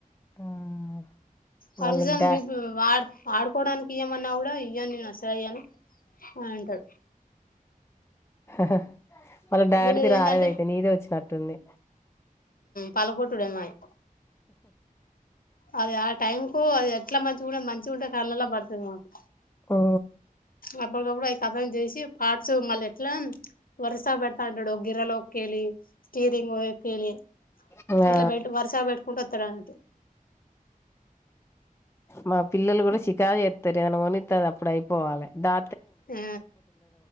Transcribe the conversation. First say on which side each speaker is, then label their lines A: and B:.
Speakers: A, on the left; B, on the left.
A: ఆ!
B: కనీసం
A: వాళ్ళకి డా
B: మీ వాడ్ ఆడుకోవడానికి ఇమన్నా కూడా ఇయవ్వను నేను అసలు ఇయ్యాను అంటాడు
A: హహా వాళ్ళ డాడిది
B: వీళ్ళది
A: రాలేదయితే
B: ఏందంటే
A: నీదే వచ్చినట్టుంది
B: పలగొట్టుడే మాది అది ఆ టైం కు అది ఎట్లా మంచిగా ఉంటే మంచిగాంటే కళ్ళల్లో పడుతుంది మాకు
A: ఓ
B: అప్పటికప్పుడు ఆవి కథం చేసి పార్ట్స్ మళ్ళీ ఇట్లా వరుస పెడతా అంటాడు ఒక గిర్రెలోేళ్ళి స్టీరింగ్క్కేళ్ళి
A: ఆ
B: ఇట్లాట వరుస పెట్టుకుంటూ <unintelligible>
A: మా పిల్లలు కూడా షికారూ చేస్తారు అని <unintelligible> స్తది అప్పుడు అయిపోవాలి దా
B: ఉమ్